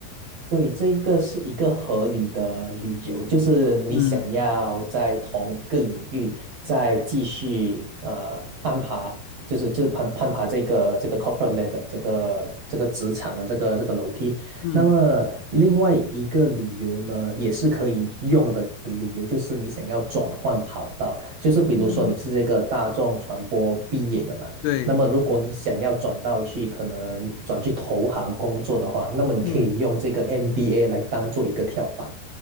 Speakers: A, on the right; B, on the left.
A: 对，这一个是一个合理的理由，就是你想要在同一个领域再继续呃攀爬，
B: 嗯
A: 就是就是攀攀爬这个这个 corporate ladder 这个这个职场的这个这个楼梯。
B: 嗯
A: 那么另外一个理由呢，也是可以用的的理由，就是你想要转换跑道，就是比如说你是这个大众传播毕业的嘛。
B: 嗯，对，
A: 那么，如果你想要转到去，可能转去投行工作的话，那么你可以用这个
B: 嗯。
A: MBA 来当做一个跳板。